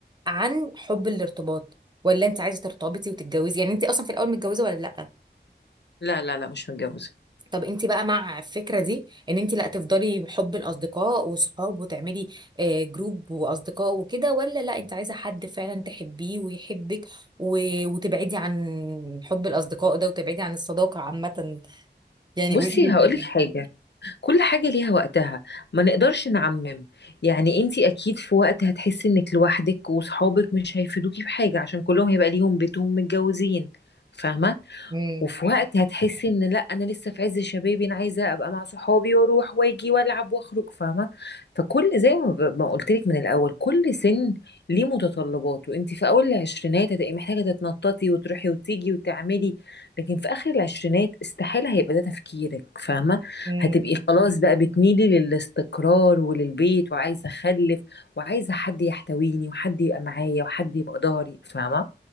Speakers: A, on the right (about 25°); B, on the left (about 70°).
A: عن حب الارتباط ولا أنت عايزة ترتبطي وتتجوزي يعني أنت أصلا في الأول متجوزة ولا لأ؟
B: لا لا لا مش متجوزه
A: طب انت بقى مع الفكره دي ان انت لا تفضلي بحب الاصدقاء وصحاب وتعملي آه، جروب واصدقاء وكده ولا لا انت عايزه حد فعلا تحبيه ويحبك و- وتبعدي عن حب الاصدقاء ده وتبعدي عن الصداقه عامه يعني
B: بصي
A: قولي لي
B: هقولك
A: كده
B: حاجه كل حاجه ليها وقتها ما نقدرش نعمم يعني انتي اكيد في وقت هتحسي انك لوحدك وصحابك مش هيفيدوكي في حاجه عشان كلهم هيبقى ليهم بيتهم متجوزين فاهمه
A: امم
B: وفي وقت هتحسي ان لا انا لسه في عز شبابي انا عايزه ابقى مع صحابي واروح واجي والعب واخرج فاهمه فكل زي ما ب- ما قلت لك من الاول كل سن ليه متطلباته انت في اول العشرينات هتبقي محتاجه تتنططي وتروحي وتيجي وتعملي لكن في اخر العشرينات استحيل هيبقى ده تفكيرك فاهمه
A: امم
B: هتبقي خلاص بقى بتميلي للاستقرار وللبيت وعايزه اخلف وعايزه حد يحتويني وحد يبقى معايا وحد يبقى ضهري فاهمه